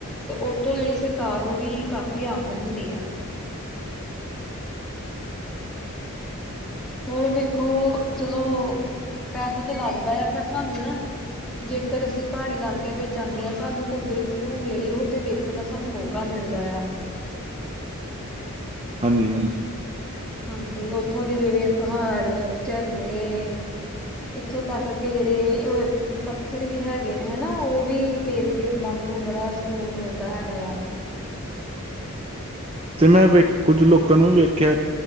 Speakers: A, in the centre; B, on the right.
A: ਤੇ ਉਤੋਂ ਜਿਹੜੀ ਸਰਕਾਰ ਨੂੰ ਵੀ ਕਾਫ਼ੀ ਆਮਦਨ ਹੁੰਦੀ ਆ। ਹੋਰ ਵੇਖੋ ਚਲੋ ਪੈਸਾ ਤਾਂ ਲੱਗਦਾ ਆ ਪਰ ਸਾਨੂੰ ਨਾ। ਜੇਕਰ ਅਸੀਂ ਪਹਾੜੀ ਇਲਾਕਿਆਂ ਵਿੱਚ ਜਾਂਦੇ ਹਾਂ ਸਾਨੂੰ ਕੁਦਰਤ ਨੂੰ ਨੇੜੇ ਹੋ ਕੇ ਵੇਖਣ ਦਾ ਸਾਨੂੰ ਮੌਕਾ ਮਿਲਦਾ ਆ।
B: ਹਾਂਜੀ ਹਾਂਜੀ।
A: ਹਾਂਜੀ ਉੱਥੋਂ ਦੇ ਜਿੜਂ ਪਹਾੜ, ਝਰਨੇ ਇੱਥੋਂ ਤੱਕ ਕਿ ਜਿਹੜੇ ਇਹ ਪੱਥਰ ਵੀ ਹੈਗੇ ਨੇ ਹੈਨਾ ਉਹ ਵੀ ਵੇਖ ਕਿ ਮਨ ਨੂੰ ਬੜਾ, ਸਕੂਨ ਮਿਲਦਾ ਹੈਗਾ ਆ
B: ਜੇ ਮੈਂ ਵੇ ਕੁੱਝ ਲੋਕਾਂ ਨੂੰ, ਵੀ ਵੇਖਿਆ